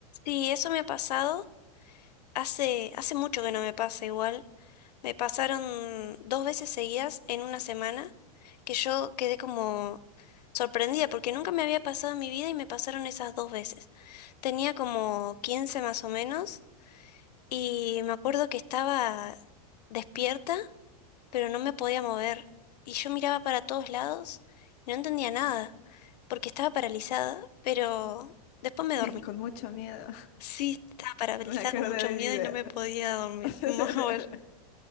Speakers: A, on the left; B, on the left.
A: Sí, eso me ha pasado. Hace, hace mucho que no me pasa igual. Me pasaron dos veces seguidas en una semana que yo quedé como sorprendida porque nunca me había pasado en mi vida y me pasaron esas dos veces. Tenía como 15 más o menos y me acuerdo que estaba despierta, pero no me podía mover. Y yo miraba para todos lados y no entendía nada. porque estaba paralizada, pero después me dormí.
B: <laughs> con mucho miedo.
A: Sí, estaba paralizada
B: Me acordé
A: con mucho
B: del
A: miedo
B: video.
A: y no me podía dormir,
B: <laughs>
A: <laughs> mover.